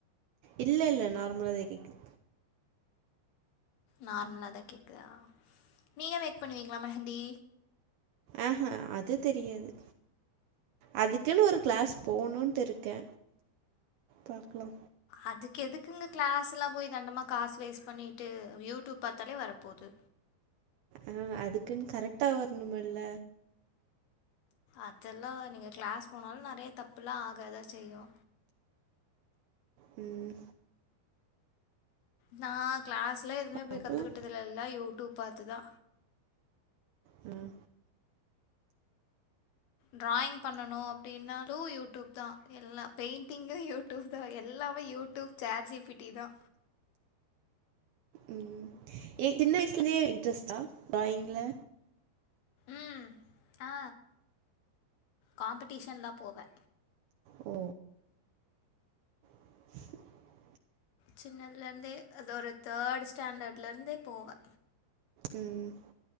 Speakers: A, on the right; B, on the left.
A: இல்லல்ல நார்மலா தா கேக்குது
B: நார்மலா தா கேக்குதா நீங்க மேக் பண்ணுவீங்ளா மெஹந்தி
A: ஆஹ அது தெரியாது அதுக்குன்னு ஒரு கிளாஸ் போணுட்டு இருக்க பாக்லா
B: அதுக்கு எதுக்குங்க கிளாஸ்லா போய்ட்டு தண்டமா காசு வேஸ்ட் பண்ணிட்டு யூடூப் பாத்தாலே வரப்போது
A: ஆ அதுக்குன் கரெட்டா வரணுமில்ல
B: அதெல்லா நீங்க கிளாஸ் போனாலு நெறைய தப்பெல்லா ஆகாதா செய்யு
A: ம்
B: நா கிளாஸ்ஸெலா எதுமே போய்
A: பாக்கலாம்
B: கத்துக்கிட்டதில்ல எல்லா யூடூப் பாத்துதா
A: ம்
B: ட்ராயிங் பண்ணணு அப்டின்னாலு யூடியூப் தா எல்லா பெயிண்டிங்கு யூ டியூப் தா எல்லாமே யூடியூப் சாட்ஜிபிட்டி தா
A: ம் ஏ சின்ன வய்லந்தே இன்ட்ரெஸ்ட்டா ட்ராயிங்ல
B: ம் ஆ காம்படிஷன் தா போவே
A: ஓ கேட்கவில்லை
B: சின்னதுலந்தே அது ஒரு தேர்டு ஸ்டாண்டர்ட்லருந்தே போவே
A: ம்